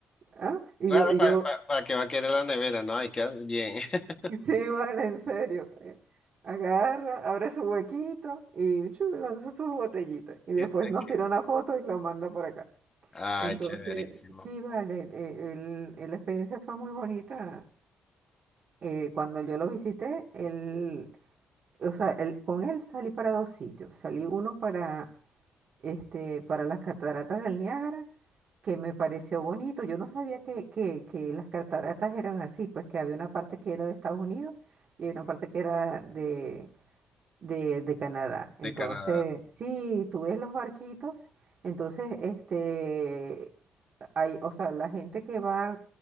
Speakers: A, on the right; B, on the left.
A: ¿Ah? Y
B: Claro,
A: yo, y
B: para,
A: yo,
B: que va a querer la nevera, ¿no? Hay que bien. <laughs>
A: sí, vale, en serio. eh, Agarra, abre su huequito y chu, lanza sus botellitas. Y después
B: Dice
A: nos
B: que-
A: tira una foto y lo manda por acá.
B: Ay,
A: Entonces,
B: chéverísimo.
A: sí, vale, eh, el- el- la experiencia fue muy bonita. Eh, cuando yo lo visité, él, o sea, él- con él salí para dos sitios. Salí uno para, este, para las cataratas del Niágara, que me pareció bonito. Yo no sabía que, que, que las cataratas eran así, pues que había una parte que era de Estados Unidos y había una parte que era de, de, de Canadá. Entonces,
B: De Canadá.
A: sí, tú ves los barquitos. Entonces, este, hay, o sea, la gente que va